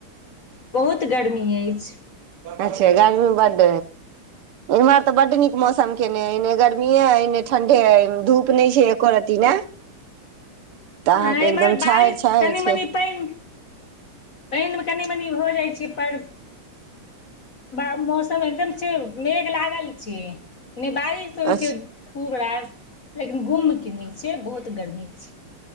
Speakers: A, on the left; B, on the right.
A: बहुत गर्मी ऐछ
B: अच्छा गर्मी बड्ड इमहर तऽ बड्ड नीक मौसम केनेये एने गर्मीए एने ठंढे धूप नइ छै एको रति ने तऽ अहाँके
A: हँ एम्हर
B: एकदम
A: बइस
B: छाहरि छाहरि
A: कनि
B: छै
A: मनी पैन पइनमे कनि मनि भऽ जाइ छै पर ब मौसम एकदम छै मेघ लागल छै ने बारिश हो
B: अच्छा
A: छै खूब रास लेकिन गुम के न छै बहुत गर्मी छै